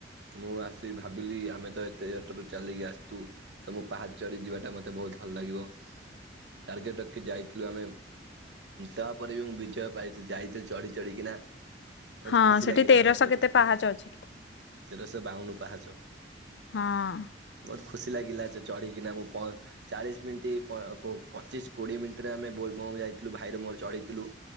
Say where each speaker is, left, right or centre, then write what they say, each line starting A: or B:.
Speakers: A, on the right; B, on the left.
A: ମୁଁ ଆସିି ଭାବିଲି ଆମେ ତ ଏତେ ଜଟାରୁ ଚାଲିକି ଆସିଛୁ। ତ ମୁଁ ପାହାାରୁ ଚଢି ଯିବାଟା ମତେ ବହୁତ ଭଲ ଲାଗିବ ଟାର୍ଗେଟ ରଖି ଯାଇଥିଲୁ ଆମେ ତାପରେ ବି ମୁ ବିଜୟ ପାଇଥିଲି ଯାଇଥିଲି ଚଢି ଚଢିକିନା ମତେ
B: ହଁ
A: ଖୁସି
B: ସେଠି
A: ଲାଗିଲା
B: ତେରଶହ
A: ଠାକୁର
B: କେତେ
A: କତିିକାଇ।
B: ପାହାଚ ଅଛି।
A: ତେର ଶହ୍ ବାଉନ ପାଚ।
B: ହଁ।
A: ବହୁତ ଖୁସି ଲାଗିଲା ସେ ଚଢ଼ିକିନା ମୁଁ ଚାଳିଶ ମିନିଟ୍ ପଚିଶ କୋଡିଏ ମିନିଟରେ ଆମେ ବୋଲବମ ଯାଇଥିଲୁ ଭାଇରେ ମୋର ଚଢେଇଥିଲୁ।